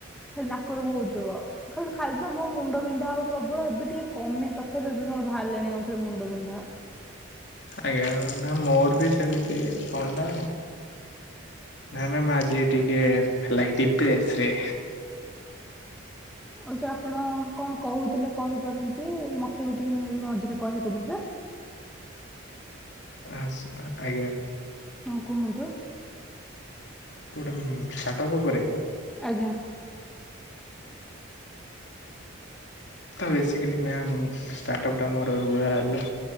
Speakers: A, in the centre; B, on the left.
A: ଖାଲି ନାକରୁ ବହୁଥିବ। ଖାଲି ଖାଲି ତ ମୋ ମୁଣ୍ଡ ବିନ୍ଧା ହବ ପ୍ରବଳ ଏବେ ଟିକେ କମି ତଥାପି ଏ ମୋର ବାହାରିଲେଣି ଆଉଥରେ ମୁଣ୍ଡ ବିନ୍ଧା।
B: ଆଜ୍ଞା, ନା ମୋର ବି ସେମିତି ଥଣ୍ଡା ନା ନା ମୁଁ ଆଜି ଟିକେ ଲାଗି ଟିକେ ପ୍ରେସରେ
A: ଆଉ ସାର୍ ଆପଣ କଣ କହୁଥିଲେ କହିପାରନ୍ତି। ମତେ ବି ଟିକେ ମୁଁ ଏବେ ମଝିରେ କହିବାକୁ ଦେବେ?
B: ଆ ଆଜ୍ଞା।
A: ହଉ କୁହନ୍ତୁ।
B: କିଏ ଗୁଟେ ସାଟପ ଉପରେ।
A: ଆଜ୍ଞା।
B: ତ ବେସିକାଲି ମ୍ୟାମ୍ ଷ୍ଟାର୍ଟଅପ୍ଟା ମୋର ରୁରାଲ